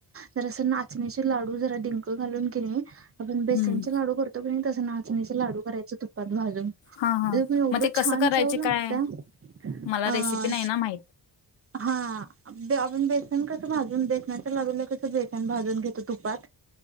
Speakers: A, on the right; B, on the left.
A: जर अस नाचणीचे लाडू जरा डिंक घालून केे नी आपण बेसनचे
B: हम्म.
A: लाडू करतो पण तसं नाचणीचे लाडू करायचे तुपात भाजून
B: हा
A: प
B: हा
A: <unintelligible> एवढं
B: मग ते
A: छान
B: कसं करायचे
A: चव लागत्या
B: काय मला
A: अ
B: रेसिपी नाही ना माहित
A: हा बेसन कस भाजून बेसनाच्या लाडूला कसं बेसन भाजून घेतो तुपात